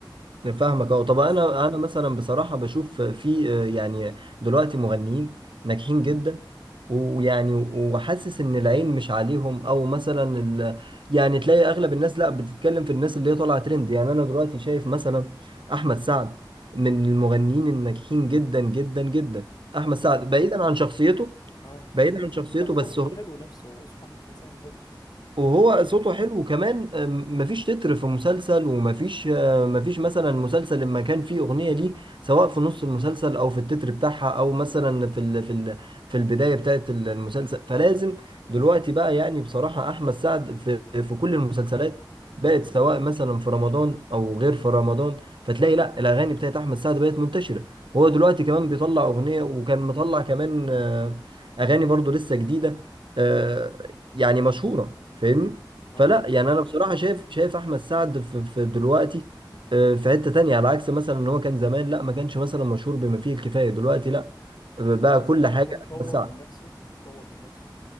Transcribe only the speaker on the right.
فاهمك اه طب
انا انا مثلا بصراحه بشوف في آه، يعني دلوقتي مغنيين ناجحين جدا ويعني وحاسس ان العين مش عليهم او مثلا ال... يعني تلاقي اغلب الناس لا بتتكلم في الناس اللي هي طالعه ترند يعني انا دلوقتي شايف مثلا احمد سعد من المغنيين الناجحين جدا جدا جدا احمد سعد
بعيدا عن شخصيته
بعيدا عن شخصيته
بس
هو
وهو صوته حلو وكمان أم، مفيش تتر في مسلسل ومفيش آه، مفيش مثلا مسلسل لما كان فيه أغنية ليه سواء في نص المسلسل أو في التتر بتاعها أو مثلا في ال في ال في البداية بتاعت ال- المسلسل فلازم دلوقتي بقى يعني بصراحة أحمد سعد في في كل المسلسلات بقت سواء مثلا في رمضان أو غير في رمضان فتلاقي لا الأغاني بتاعت أحمد سعد بقت منتشرة وهو دلوقتي كمان بيطلع أغنية وكان مطلع كمان آه، أغاني برضو لسه جديدة آه، يعني مشهورة فاهمني
فلا يعني انا اه بصراحة شايف شايف احمد سعد في, في دلوقتي آه، في حتة تانية على عكس مثلا ان هو كان زمان لا ما كانش مثلا مشهور بما فيه الكفاية دلوقتي لا بقى
كل
لا حاجة
احمد سعد